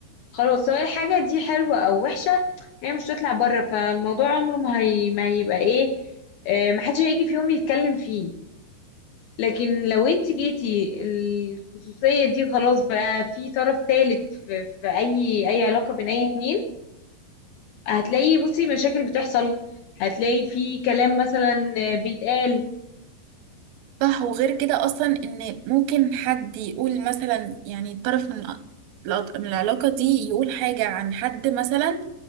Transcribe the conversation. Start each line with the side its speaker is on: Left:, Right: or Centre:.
Left: خلاص سواء الحاجة دي حلوة او وحشة هي مش هتطلع بره فالموضوع عمره ما هي... ما هيبقى ايه آه محدش هيجي في يوم يتكلم فيه لكن لو انت جيتي الخصوصية دي خلاص بقى في طرف تالت في, في اي اي علاقة بين اي اتنين هتلاقي بصي مشاكل بتحصل هتلاقي في كلام مثلا بيتقال
Right: صح وغير كده اصلا ان ممكن حد يقول مثلا يعني طرف من الع- العط- من العلاقة دي يقول حاجة عن حد مثلا